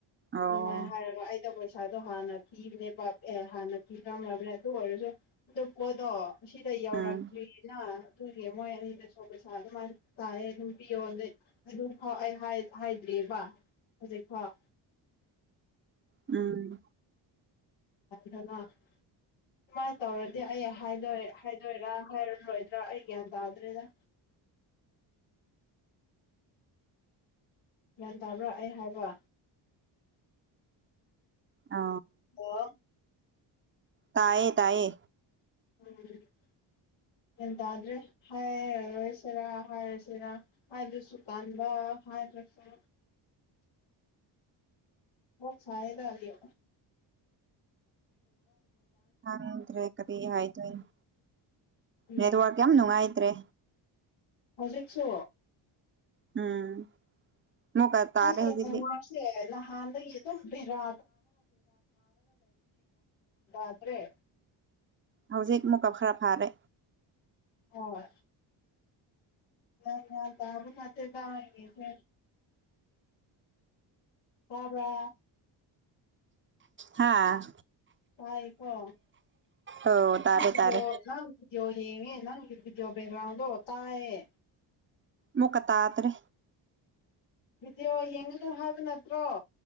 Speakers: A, on the right; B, on the left.
A: ꯑꯣ
B: ꯅꯨꯡꯉꯥꯏꯅ ꯍꯥꯏꯔꯕ ꯄꯩꯁꯥꯗꯣ ꯍꯥꯟꯅ ꯄꯤꯕꯅꯦ ꯑꯦ ꯍꯥꯟꯅ ꯄꯤ ꯇꯝꯃꯕꯅꯦ ꯑꯗꯨ ꯑꯣꯏꯔꯁꯨ ꯑꯗꯨ ꯄꯣꯗꯣ ꯃꯁꯤꯗ ꯌꯧꯔꯛꯇ꯭ꯔꯤꯅ
A: ꯎꯝ
B: ꯇ ꯍꯦ ꯃꯣꯏ ꯑꯅꯤꯗ ꯁꯣꯁ ꯑꯗꯨꯃꯥꯏꯅ ꯇꯥꯥꯏꯦ ꯑꯗꯨꯝ ꯄꯤꯌꯣ ꯑꯗꯨ ꯐꯥꯎ ꯑꯩ ꯍꯥꯏꯗ꯭ꯔꯤꯑꯕ ꯍꯧꯖꯤꯛꯐꯥꯎ
A: ꯎꯝ
B: ꯗꯅ ꯁꯨꯃꯥꯏꯅ ꯇꯧꯔꯗꯤ ꯑꯩ ꯍꯥꯏꯗꯣꯏꯔ ꯍꯥꯏꯔꯔꯣꯏꯗ꯭ꯔꯥ ꯑꯩ ꯒ꯭ꯌꯥꯟ ꯇꯥꯗ꯭ꯔꯦꯗ ꯒ꯭ꯌꯥꯟ ꯇꯥꯕ꯭ꯔꯥ ꯑꯩ ꯍꯥꯎꯕ
A: ꯑ
B: ꯑꯣ
A: ꯇꯌꯦ ꯇꯌꯦ
B: ꯎꯝ ꯒ꯭ꯌꯥꯟ ꯇꯥꯗ꯭ꯔꯦ ꯍꯥꯏꯔꯔꯣꯏꯁꯤꯔꯥ ꯍꯥꯏꯔꯁꯤꯔꯥ ꯍꯥꯏꯕ꯭ꯔꯁꯨ ꯀꯥꯟꯕ ꯍꯥꯏꯕ꯭ꯔꯁꯨ ꯍ ꯐꯥꯏꯗꯒ
A: ꯍꯪꯗ꯭ꯔꯦ ꯀꯔꯤ ꯍꯥꯏꯗꯣꯏ ꯅꯣ
B: ꯎꯝ
A: ꯅꯦꯠꯋꯥꯛ ꯌꯥꯝ ꯅꯨꯡꯉꯥꯏꯇ꯭ꯔꯦ
B: ꯍꯧꯖꯤꯛꯁꯨ
A: ꯎꯝ ꯃꯨꯛꯀ ꯇꯥꯔꯦ
B: ꯑ
A: ꯍꯧꯖꯤꯛꯇꯤ
B: ꯃꯥꯁꯦ ꯂꯍꯥꯟꯗꯒꯦ ꯑꯗꯨꯣ ꯕꯦꯔꯥ <unintelligible> ꯗ꯭ꯔꯦ
A: ꯍꯧꯖꯤꯛ ꯃꯨꯀꯞ ꯈꯔ ꯐꯔꯦ
B: ꯍꯣꯏ ꯑ ꯌꯥ ꯇꯕ <unintelligible> ꯇꯕ꯭ꯔ
A: ꯍꯥꯥ
B: ꯇꯥꯏꯀꯣ
A: ꯑꯣ
B: ꯅꯪ
A: ꯇꯥꯔꯦ
B: ꯐꯤꯗꯤꯌꯣ
A: ꯇꯥꯔꯦ
B: ꯅꯪ ꯐꯤꯗꯤꯌꯣ ꯌꯦꯉꯦ ꯅꯪ <unintelligible> ꯇꯥꯏꯌꯦ
A: ꯃꯣꯀꯇꯥꯇ꯭ꯔꯦ
B: ꯚꯤꯗꯤꯑꯣ ꯌꯦꯡꯉꯅꯨ ꯍꯥꯏꯕ ꯅꯠꯇ꯭ꯔꯣ